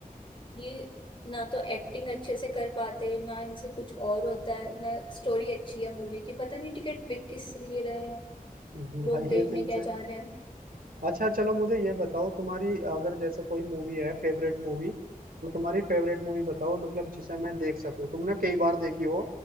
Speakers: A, on the left; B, on the right.
A: ये ना तो एक्टिंग अच्छे से कर पाते ना इनसे कुछ और होता है ना स्टोरी अच्छी है मूवी की पता नहीं टिकट बिक किस लिए रहे हैं
B: <laughs> भाई
A: लोग देखने
B: ये तो इनसे
A: क्या जा रहे हैं
B: अच्छा चलो मुझे ये बताओ तुम्हारी अगर जैसे कोई मूवी है फेवरेट मूवी तो तुम्हारी फेवरेट मूवी बताओ मतलब जिसे मैं देख सकूं तुमने कई बार देखी हो